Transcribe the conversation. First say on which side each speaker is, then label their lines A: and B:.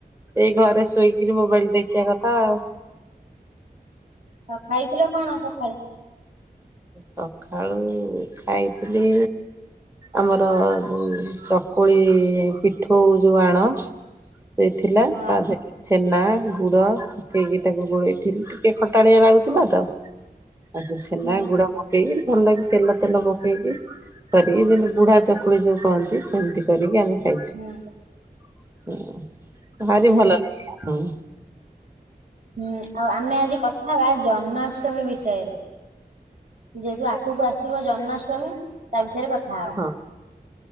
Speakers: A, on the right; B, on the right.
A: ଏଇ ଘରେ ଶୋଇକିରି ମୋବାଇଲ୍ ଦେଖିଆ କଥା ଆଉ।
B: ଆଉ ଖାଇଥିଲ କଣ ସଖାଳେ?
A: ସକାଳୁ ଖାଇଥିଲି ଆମର ଯୋଉ ଚକୁଳି ପିଠଉ ଯଉ ଆଣ। ସେ ଥିଲା
B: ହଁ
A: ତାଧେ ଛେନା ଗୁର ପକେଇକି ତାକୁ ଗୋଳେଇଥିଲି ଟିକେ ଖଟାଳିଆ ଲାଗୁଥିଲା ତ ଆଗେ ଛେନା
B: ହୁଁ
A: ଗୁଡ଼ ମଗେଇକିରି ଭଲ୍ ଲାଗି ତେଲ ତେଲ ପକେଇକି। କରିକି ଯେନ୍ତି ବୁଢ଼ା ଚକୁଳି ଯୋଉ କହନ୍ତି ସେନ୍ତି କରିକି ଆମେ ହେଇଚି
B: ହୁଁ
A: ଉଁ ଭାରି
B: ହୁଁ
A: ଭଲ ଲାଗେ ଉଁ।
B: ହୁଁ ଆଉ ଆମେ ଆଜି କଥାହବା ଜନ୍ମାଷ୍ଟମୀ ବିଷୟରେ। ଯେଏତୁ ଆଗକୁ ଆସିବ ଜନ୍ମାଷ୍ଟମୀ ତା ବିଷୟରେ କଥା ହେବା।
A: ହଁ